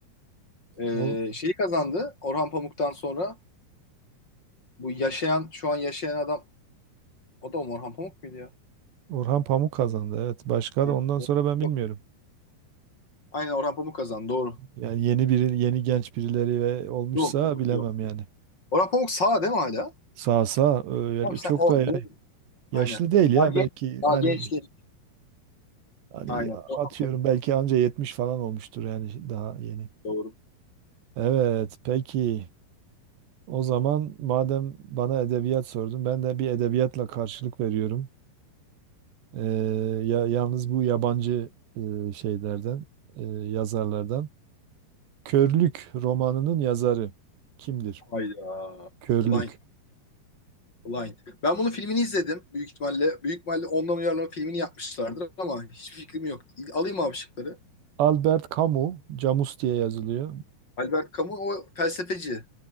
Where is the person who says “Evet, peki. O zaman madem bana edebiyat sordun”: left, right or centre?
Right